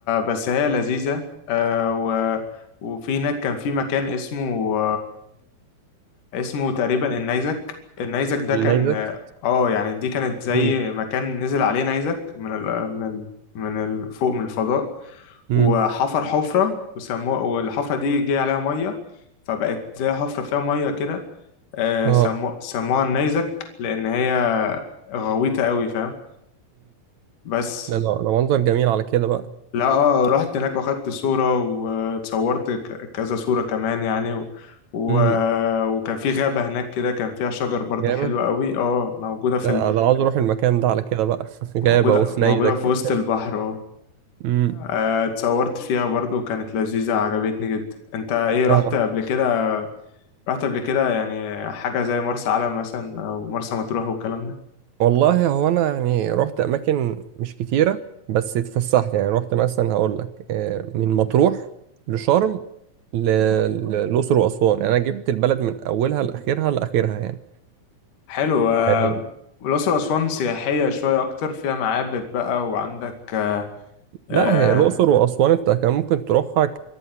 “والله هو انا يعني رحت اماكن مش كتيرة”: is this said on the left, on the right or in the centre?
Right